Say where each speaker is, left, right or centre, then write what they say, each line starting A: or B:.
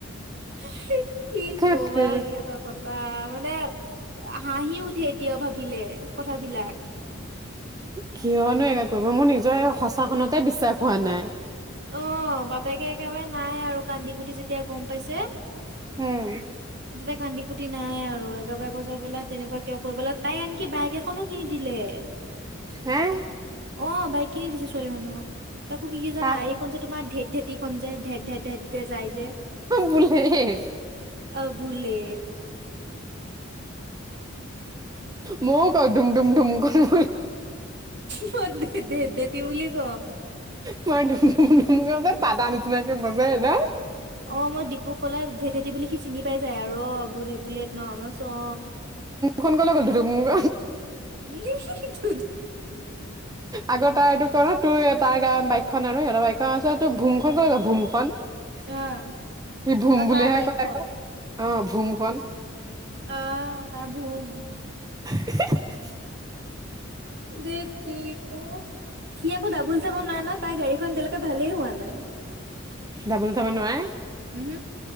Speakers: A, on the right (about 55°); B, on the right (about 20°).
A: কি
B: ধেৎ
A: কবা
B: তেৰি
A: সিহঁতৰ কথা। মানে হাঁহি উঠে এতিয়া ভাবিলে কথাবিলাক।
B: কিয়নো এ কৰিব মোৰ নিজৰ সঁচাখনতে বিশ্বাস হোৱা নাই।
A: অ বাপেকে একেবাৰে নাই আৰু কান্দি গুটি যেতিয়া গম পাইছে।
B: উম
A: যাতে কান্দি কুটি নাই আৰু একেবাৰে কৈছো বোলে তেনেকুৱা কিয় কৰিব লাগ তাই এনকি বাইক এখনো কিন দে,
B: হে
A: অ বাইক কিনি দিছে। ছোৱালী মানুহক তাকো কি কি জানা
B: তাত
A: এই কন যে তোমাৰ ধেত তেতি কন যে ধে ধতেতে যাই যে,
B: বুলেট
A: অ বুলেত।
B: মৌ ক ডুম তুম তুম ক ম
A: মই দে দে দেতি বুলি ক।
B: মই ধুম ধুম ধুমুক যে পাতা নুচিনাকে বজাই ন।
A: অ মই দীপুক কলে ধে ধেতি বুলি, সি চিনি পাই যায় আৰু ৰ ব বুলেট ন ম চ অ
B: ফোন কলে গ'ল ত ত মোক
A: উম হে হে।।
B: আকৌ তাই এইটো কৰ তোৰ। তাৰ গ বাইকখন আৰু সিহঁতৰ বাইকখন আল তো ভোমখন ক ভুমখন
A: আহ
B: সি ভোম
A: অ তাৰ
B: বুলিহে
A: বাইকখন
B: কলে অ ভোম খন।
A: অ তাৰ ভোম।
B: <inaudible>
A: দেতি ক। সি আকো ডাবোল উঠাব নোৱাই নহয় তাৰ গাড়ীখন এতিয়ালৈকে ভালেই হোৱা নাই।
B: ডাবল উঠাব নোৱাৰে।
A: উম হু।